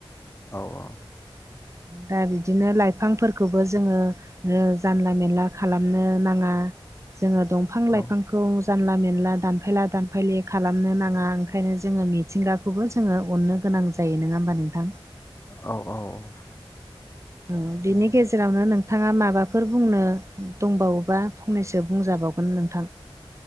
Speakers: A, on the left; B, on the right.
A: औ औ
B: दा बिदिनो लाइफांफोरखौबो जोङो जानला मेनला खालामनो नाङा। जोङो दंफां-लाइफां
A: औ
B: खौ जानला मेनला दानफायला-दानफायलि खालामनो नाङा। ओंखायनो जोङो मिथिंगाखौ खौबो जोङो अननो गोनां जायो। नङा होनबा नोंथां?
A: औ औ औ
B: उ बिनि
A: उम
B: गेजे आवनो नोंथाङा माबाफोर बुंनो दंबावोबा फंनैसो बुंजाबावगोन नोंथां।